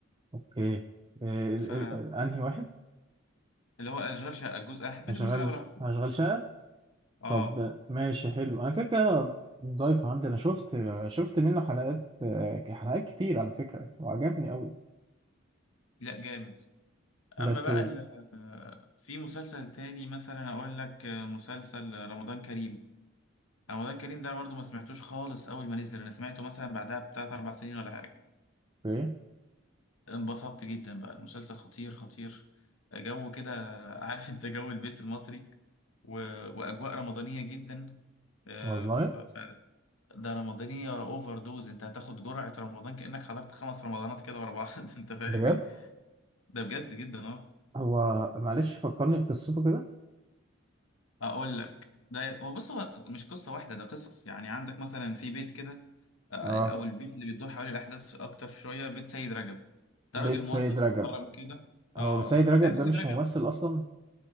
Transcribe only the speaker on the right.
اوكي إيه
ال- ال- انهي واحد
هشغل
هشغل شقة
طب ماشي حلو انا كده كده ضايفه عندي انا شفت شفت منه حلقات آه، حلقات كتير على فكرة وعجبني قوي
بس
اوكي
والله
بجد
هو معلش فكرني بقصته كده
اه
بيت
سيد
رجب
هو سيد رجب
ده
مش
ممثل اصلا